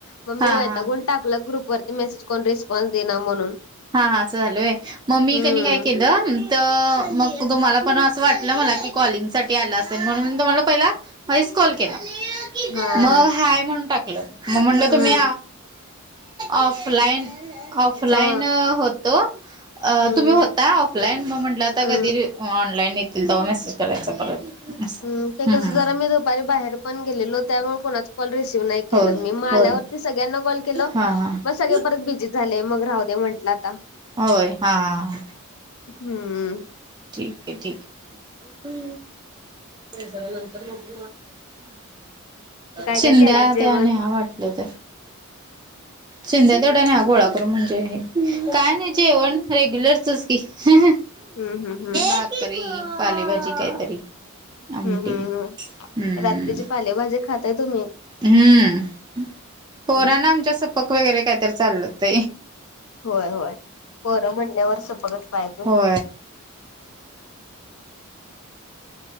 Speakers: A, on the left; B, on the right.
A: मग मी
B: हा
A: वैतागून.
B: हा.
A: टाकलं ग्रुप वरती मेसेज कोन रिस्पॉन्स दे म्हणून.
B: हा हा असं झालूय मग मी
A: हम्म
B: कनी काय केलं. तर मग तुम्हाला पण असं वाटलं मला की कॉलिंग साठी आला असेल म्हणून तुम्हाला पहिला व्हॉइस कॉल केला.
A: हा
B: मग हाय म्हणून टाकलं मग म्हणलं
A: हम्म
B: तुम्ही. ऑफलाइन ऑफलाइन
A: हा
B: होतो. अ
A: हम्म
B: तुम्ही होता ऑफलाईन मग म्हंटलं आता
A: हम्म
B: कधी ऑनलाईन येतील तर मेसेज करायचा परत असं
A: हम् ते
B: हम्म
A: कसं
B: हम्म
A: जरा मी दुपारी बाहेर पण गेलेलो त्यामुळे कोणा ॉल रिसीव नाही के
B: होय
A: मी मग
B: होय
A: आल्यावरती सगळ्यांना कॉल केलं
B: हा हा
A: मग सगळे परत बिी झालेय मग राह दे म्हंटलं आता
B: होय हा हा
A: हम्म
B: ठीक आहे ठीक आहे ह हम्म
A: काय
B: शिध्या
A: काय केलात जेवण
B: त्या नहा वाट लोक शिध्या तेवढ्या नाही हा गोळा करून म्हणजे काय नाही जेवण रेग्युलरचच की ह
A: हम्म हम् हम्
B: साकरी पालेभाजी काहीतरी आमटी
A: हम्म हम्म हम्
B: हम्म
A: रात्रीचे पालेभाजे खाताय तुम्ही
B: हम्म पोरान
A: हम्म
B: आमच्या सपक वगैरे कायतरी चाललं होत
A: होय होय खरं म्हणल्या वरचंपघच पाहिजे
B: हो